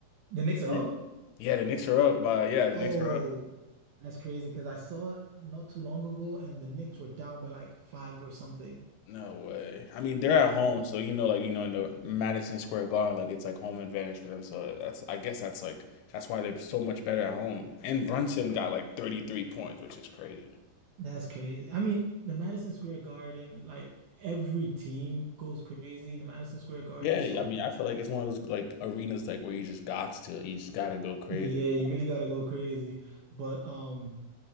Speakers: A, on the right; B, on the left.
A: the Knicks are
B: Mm.
A: up.
B: yeah, the Knicks are up by yeah, the
A: Oh,
B: Knicks are up.
A: that's crazy because I saw it not too long ago, and the Knicks were down by like five or something.
B: No way. I mean, they're at
A: Yeah,
B: home, so you know, like you know, in the Madison Square Garden, like it's like home advantage for them. So that's, I guess, that's like that's why they're so much better at home. And Brunson got like thirty three points, which is crazy.
A: that's crazy. I mean, the Madison Square Garden, like every team goes crazy in the Madison Square Garden,
B: Yeah,
A: so
B: I mean, I feel like it's one of those like arenas like where you just got to, you just gotta go crazy.
A: yeah, you really gotta go crazy. But um,